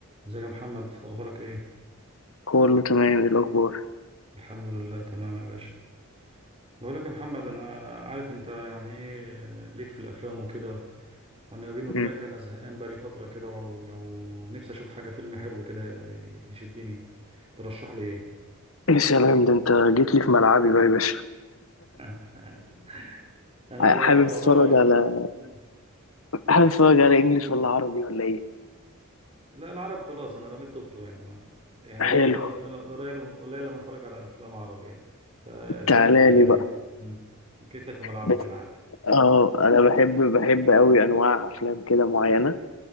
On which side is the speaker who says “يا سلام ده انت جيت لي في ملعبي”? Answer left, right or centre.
Left